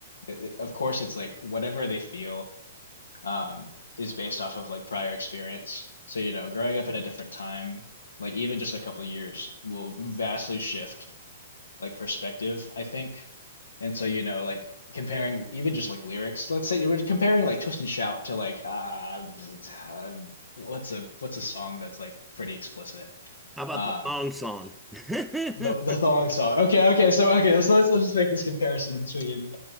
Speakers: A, on the left (about 80°); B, in the centre.
A: it, it- of course it's like whatever they feel um is based off of like prior experience so you know growing up at a different time like even just a couple years will vastly shift like perspective I think and so you know like comparing even just like lyrics let's say you were comparing like Twist and Shout to like uh, uh what's a what's a song that's like pretty explicit
B: How about
A: Um
B: the thong song? <laughs> yep,
A: the the thong song. Okay, okay, so okay, so let's let's just make this comparison between